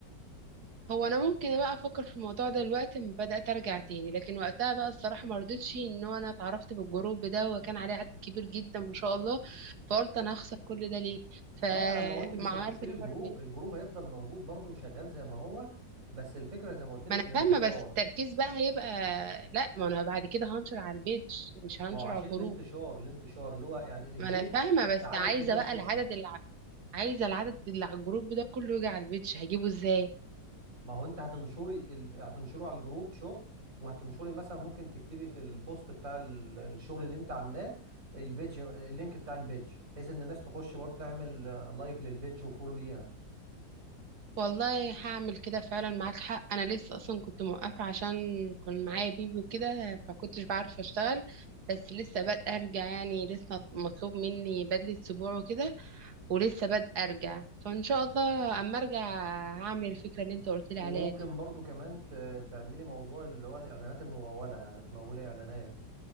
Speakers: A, on the right; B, on the right.
A: هو انا ممكن بقى افكر في الموضوع ده دلوقتي لما بدات ارجع تاني لكن وقتها بقى الصراحه ما رضيتش ان هو انا اتعرفت بالجروب ده وكان عليه عدد كبير جدا ما شاء الله فقلت انا هخسر كل ده ليه فما
B: لا ما هو انت مش
A: عملتش
B: هتقفلي الجروب
A: فرق بيني.
B: الجروب هيفضل موجود برضو وشغال زي ما هو بس الفكره زي ما قلت لك
A: ما انا
B: الانتشار
A: فاهمه بس التركيز بقى هيبقى لا ما انا بعد كده هنشر على البيج مش هنشر
B: ما هو عشان
A: على الجروب
B: الانتشار الانتشار اللي هو يعني البيج
A: ما انا فاهمه بس
B: عدد
A: عايزه
B: كبير
A: بقى
B: هيشوفها
A: العدد اللي ع- عايزه العدد اللي على الجروب ده كله يجي على البيج هجيبه ازاي
B: ما هو انت هتنشري ال... هتنشره على الجروب شغل وهتنشري مثلا ممكن تكتبي في البوست بتاع ال- الشغل اللي انت عاملاه البيج اللينك بتاع البيج بحيث ان الناس تخش برضه تعمل آه، لايك للبيج وفولو ليها
A: والله هعمل كده فعلا معاك حق انا لسه اصلا كنت موقفه عشان كان معايا بيبي وكده فكنتش بعرف اشتغل بس لسه بادئه ارجع يعني لسه مطلوب مني بدله سبوع وكده ولسه بادئه ارجع فان شاء الله اما ارجع هعمل الفكره اللي انت قلت لي
B: وممكن
A: عليها دي
B: برضه كمان ت- تعملي موضوع اللي هو الاعلانات الممولة يعني تمولي اعلانات